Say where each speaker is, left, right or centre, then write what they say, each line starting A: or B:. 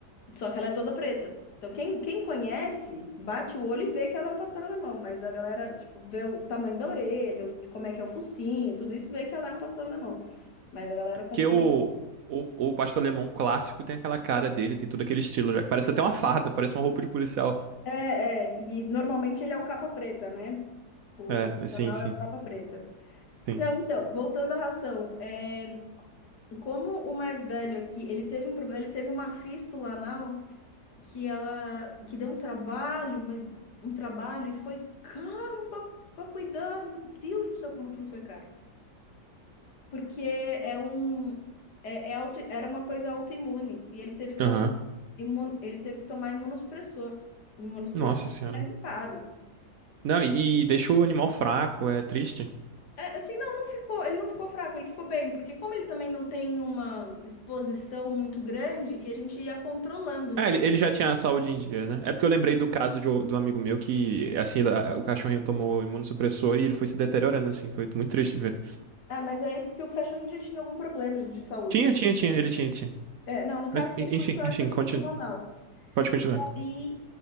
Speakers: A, on the left (about 70°); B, on the right (about 65°).
A: Só que ela é toda preta. Então, quem, quem conhece, bate o olho e vê que ela é um pastor alemão. Mas a galera, tipo, vê o tamanho da orelha, o- como é que é o focinho, tudo isso, vê que ela é um pastor alemão. Mas a galera
B: Porque
A: confunde.
B: o, o, o pastor alemão clássico tem aquela cara dele, tem todo aquele estilo já. Parece até uma farda, parece uma roupa de policial.
A: É, é. E normalmente ele é o capa preta, né? O
B: É,
A: tradicional
B: sim, sim,
A: é o capa preta.
B: sim.
A: Não, então, voltando à ração. é, Como o mais velho aqui, ele teve um problema, ele teve uma fístula anal que ela que deu um trabalho, mas- um trabalho e foi caro para cuidar. Meu Deus do céu, como aquilo foi caro. Porque é um é, é auto, era uma coisa autoimune e ele teve que
B: Aham.
A: tomar imun, ele teve que tomar imunossupressor. Imunossupressor
B: Nossa
A: é
B: senhora.
A: um remédio caro.
B: Não, e, e deixa o animal fraco, é triste.
A: É, assim, não, não ficou, ele não ficou fraco, ele ficou bem, porque como ele também não tem uma exposição muito grande e a gente ia controlando, né?
B: É, ele, ele já tinha a saúde em dia, né? É porque eu lembrei do caso de, um- do amigo meu que, assim, lá, o cachorrinho tomou imunossupressor e ele foi se deteriorando, assim. Foi muito triste de ver.
A: Ah, mas aí porque o cachorrinho já tinha algum problema de de saúde,
B: Tinha,
A: né?
B: tinha, tinha, ele tinha, tinha.
A: É, não, no caso
B: Mas, en-
A: dele
B: enfim,
A: foi só
B: enfim,
A: essa fístula
B: continu...
A: anal.
B: pode continuar.
A: E,